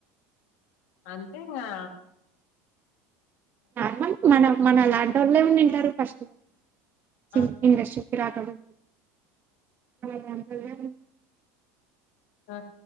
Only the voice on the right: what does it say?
నార్మల్ మనం మన లాంటోలే ఉండింటరు ఫస్ట్ల సింగింగ్
ఇండస్ట్రీకి రాకము ఉ అ ఉ